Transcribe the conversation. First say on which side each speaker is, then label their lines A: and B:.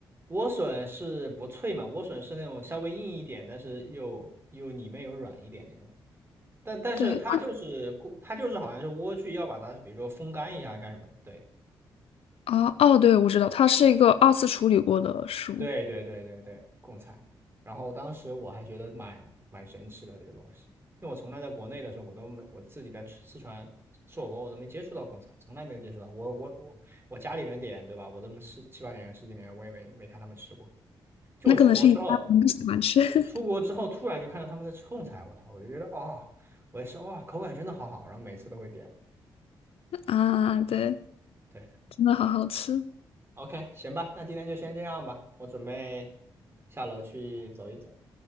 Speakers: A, on the right; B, on the left.
A: 莴笋是不脆嘛？莴笋是那种稍微硬一点，但是又又里面有软一点那种。但但是它就是过，
B: 对，
A: 它就是好像是莴苣要把它，比如说风干一下干什么？对
B: 啊，哦，对，我知道，它是一个二次处理过的食物，
A: 对对对对对，贡菜。然后当时我还觉得蛮蛮神奇的这个东西，因为我从来在国内的时候，我都没我自己在吃四川吃火锅，我都没接触到贡菜，从来没有接触到。我我我我家里人点对吧？我这么十七八年十几年，我也没没看他们吃过。就我出国之后。
B: 那可能是你家人不喜欢吃。
A: 我出国之后突然就看到他们在吃贡菜，我操，我就觉得哦，我也是哇，口感真的好好，然后每次都会点。
B: 啊，对，
A: 对
B: 真的好好吃。
A: ，OK，行吧，那今天就先这样吧，我准备下楼去走一走。